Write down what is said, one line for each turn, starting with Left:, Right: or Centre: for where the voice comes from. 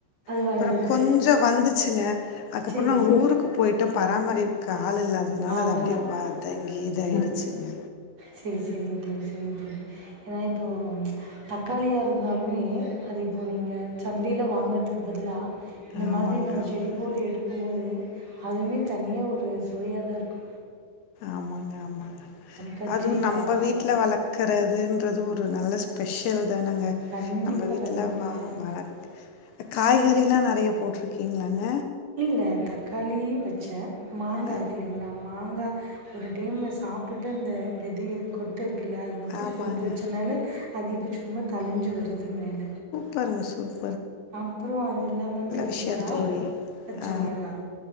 Right: அது
Left: அப்பறோ
Right: வளர்ந்துருச்சு.
Left: கொஞ்சோ வந்துச்சுங்க அதுக்கப்பறோ
Right: சரிங்க.
Left: நா ஊருக்கு போய்ட்டோ பராமரிக்க ஆள் இல்லாததுனால
Right: ஆள்
Left: அது அப்டியே வதங்கி இதாயிடுச்சுங்க
Right: செரி செரிங்க தோழி செரிங்க தோழி ஏன்னா இப்போ தக்காளியா இருந்தாலுமே அது இப்போ நீங்க சந்தேல வாங்கறதுக்கு பதிலா இந்த
Left: ஆமாங்க
Right: மாதிரி நம்ம
Left: ஆமாங்க
Right: செடி போட்டு எடுக்கும்போது அதுவுமே தனியா ஒரு சுவையாதா இருக்கு
Left: ஆமாங்க ஆமாங்க
Right: கத்திரிக்காய்
Left: அதுவு நம்ப
Right: பாவக்கா
Left: வீட்ல வளக் கறதுன்றது ஒரு நல்ல ஸ்பெஷல் தானங்க
Right: கண்டிப்பா
Left: நம்ம வீட்ல
Right: கண்டிப்பா
Left: வா வளக் இந்த காய்கறிலா நெறையா போட்ருக்கீங்களாங்க
Right: இல்ல தக்காளி வச்சே மாங்கா
Left: அ
Right: இருக்கு இல்லைங்களா மாங்கா ஒரு டைம் அத சாப்ட்டு அந்த வெதய கொட்டு இருக்குல்ல அது மட்டு
Left: ஆமாங்க.
Right: போட்டு வச்சோன்னாலே அது இப்ப சும்மா தழிஞ்சு வருது மேல
Left: பரங்கசூப்
Right: அப்பறோ அது இல்லாம இந்த கத்திரிக்கா
Left: விஷயம் தோழி.
Right: பச்சை
Left: ஆ.
Right: மொளகா